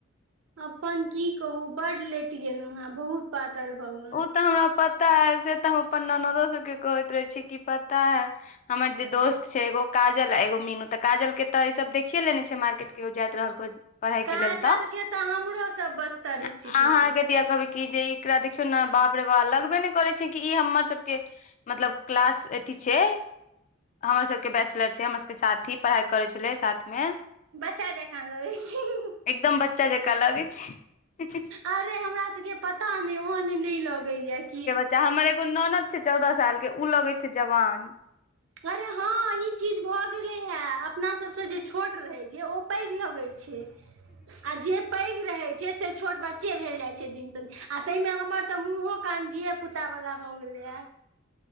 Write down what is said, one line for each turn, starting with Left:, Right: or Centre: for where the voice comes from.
Right: अपन की कहू बड लैट गेलुहॅं है बहुत पातर भऽ गे
Left: ओ तऽ हमरा पता है से तऽ हम अप्पन ननदो सबकेँ कहैत रहे छी कि पता है हमर जे दोस्त छै एगो काजल आ एगो मीनू तऽ काजल केँ तऽ ई सब देखिये लेने छै मार्केट कैहयो जाइत रहल पढ़ाई
Right: काजलके
Left: के लेल तऽ
Right: हमरोसँ बदतर
Left: <inaudible> अहाँकेँ
Right: स्थिति छै
Left: दिया कहबै कऽ जे एकरा देखियो बाप रे बाप लगबे नै करै छै की इ हमर सबकेँ मतलब क्लास अथी छै हमर सबकेँ बैचलर छै हमर सबकेँ साथी पढ़ाई करै छलै साथ में
Right: बच्चा जेकाॅं लगै छी <unintelligible>
Left: एकदम बच्चा जेकाँ लगै छी <unintelligible>
Right: अरे हमरा सब केँ पता नै ओहन न लगे यऽ की
Left: चा हमर एगो ननद छै चौदह साल के उ लगे छै जवान
Right: अरे हँ इ चीज भऽ गेले हे अपना सबसे जे छोट रहै छै ओ पैघ लगे छै <inaudible> आ जे पैघ रहै छै से छोट बच्चे भेल जाइ छै दिनसँ दि आ तै मऽ हमर तऽ मुँहो कान धिये पुता वला भऽ गेलै है